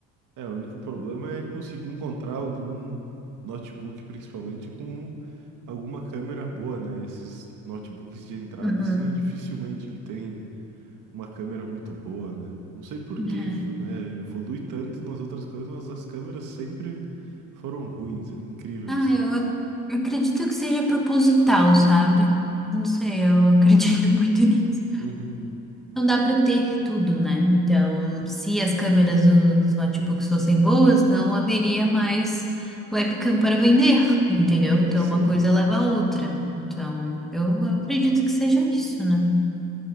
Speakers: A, on the right; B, in the centre.
A: É, o único problema é conseguir encontrar algum notebook, principalmente com alguma câmera boa, né? Esses notebooks de entrada,
B: Uhum.
A: assim, é dificilmente que tem uma câmera muito boa, né? Não sei por que
B: É.
A: isso, né? Evolui tanto nas outras coisas, mas as câmeras sempre foram ruins. É incrível
B: Ah,
A: isso.
B: eu, ac- eu acredito que seja proposital, sabe? Não sei, eu acredito <laughs> muito nisso.
A: Uhum.
B: Não dá para ter tudo, né? Então, se as câmeras do- dos notebooks fossem boas, não haveria mais webcam para vender, entendeu? Então,
A: Sim.
B: uma coisa leva a outra. Então, eu acredito que seja isso, né?